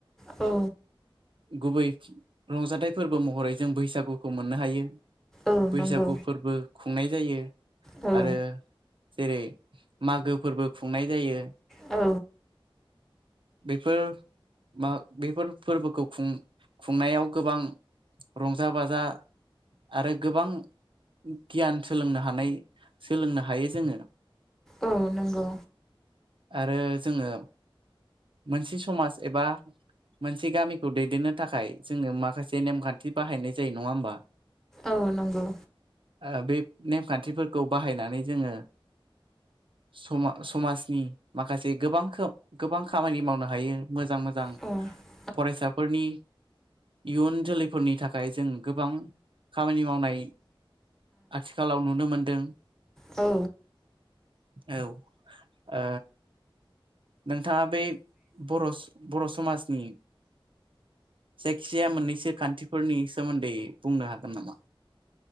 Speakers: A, in the centre; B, on the right.
A: औ
B: गुबै रंजाथाइ फोरबो महरै जों बैसागुखौ मोननो हायो।
A: औ
B: बैसागु
A: नंगौ
B: फोरबो खुंनाय जायो
A: औ
B: आरो जेरै मागो फोरबो खुंनाय जायो।
A: औ
B: बेफोर मा बेफोर फोरबोखौ खुं -खुंनायाव गोबां रंजा बाजा आरो गोबां गियान सोलोंनो हानाय सोलोंनो हायो जोङो।
A: औ नंगौ
B: आरो जोङो मोनसे समाज एबा मोनसे गामिखौ दैदेननो थाखाय जोङो माखासे नेमखान्थि बाहायनाय जायो नङा होमबा
A: औ नंगौ
B: आ बे नेमखान्थिफोरखौ बाहायनानै जोङो समा- समाजनि माखासे गोबां खा गोबां खामानि मावनो हायो मोजां मोजां
A: औ
B: फरायसाफोरनि इयुन जोलैफोरनि थाखाय जों गोबां खामानि मावनाय आथिखालाव नुनो मोनदों
A: औ
B: औ ओ नोंथाङा बे बर'स बर' समाजनि जायखिजाया मोननैसो खान्थिफोरनि सोमोन्दै बुंनो हागोन नामा?